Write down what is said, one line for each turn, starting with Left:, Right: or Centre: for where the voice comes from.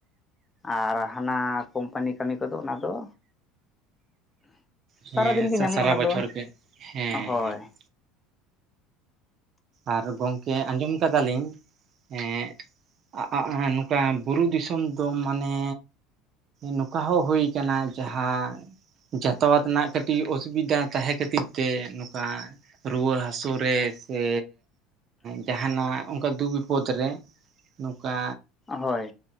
Left: ᱟᱨ ᱦᱟᱱᱟ ᱠᱳᱢᱯᱟᱱᱤ ᱠᱟᱹᱢᱤ ᱠᱚᱫᱚ ᱚᱱᱟ ᱫᱚ
Right: ᱦᱮᱸ
Left: ᱥᱟᱨᱟᱫᱤᱱ
Right: <unintelligible>
Left: ᱜᱮ ᱧᱟᱢᱚᱜᱼᱟ
Right: ᱥᱟᱨᱟ
Left: ᱚᱱᱟ
Right: ᱵᱚᱪᱷᱚᱨ
Left: ᱫᱚ
Right: ᱜᱮ ᱦᱮᱸ
Left: ᱦᱳᱭ
Right: ᱦᱮᱸ ᱾ ᱟᱨ ᱜᱚᱢᱠᱮ ᱟᱸᱡᱚᱢ ᱠᱟᱫᱟᱞᱤᱧ ᱦᱮᱸ ᱟᱜ ᱟᱜ ᱱᱚᱝᱠᱟ ᱵᱩᱨᱩ ᱫᱤᱥᱚᱢ ᱫᱚ ᱢᱟᱱᱮ ᱱᱚᱝᱠᱟ ᱦᱚᱸ ᱦᱩᱭ ᱟᱠᱟᱱᱟ ᱡᱟᱦᱟᱸ ᱡᱚᱛᱚ ᱚᱛ ᱨᱮᱱᱟᱜ ᱠᱟᱹᱴᱤᱡ ᱚᱥᱩᱵᱤᱫᱟ ᱛᱟᱦᱮᱸ ᱠᱷᱟᱹᱛᱤᱨ ᱛᱮ ᱱᱚᱝᱠᱟ ᱨᱩᱣᱟᱹ ᱦᱟᱹᱥᱩ ᱨᱮ ᱥᱮᱻ ᱡᱟᱦᱟᱱᱟᱜ ᱚᱱᱠᱟ ᱫᱩᱠ ᱵᱤᱯᱚᱫᱽ ᱨᱮ ᱱᱚᱝᱠᱟ
Left: ᱦᱳᱭ